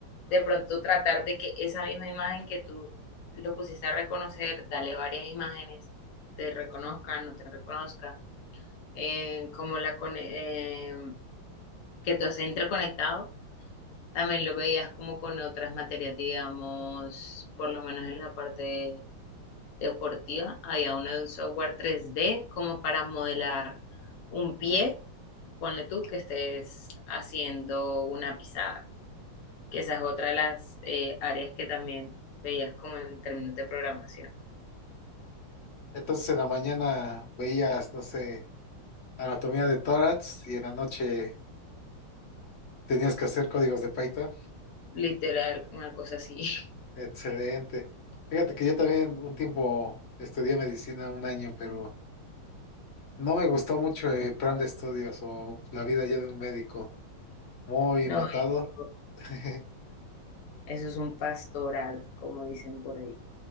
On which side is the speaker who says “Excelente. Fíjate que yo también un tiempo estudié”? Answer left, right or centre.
Left